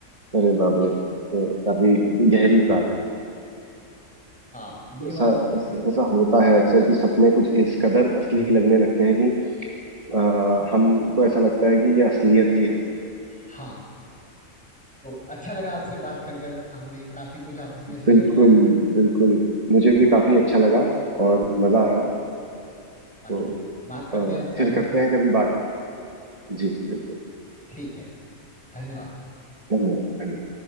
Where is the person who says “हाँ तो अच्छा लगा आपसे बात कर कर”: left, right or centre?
Centre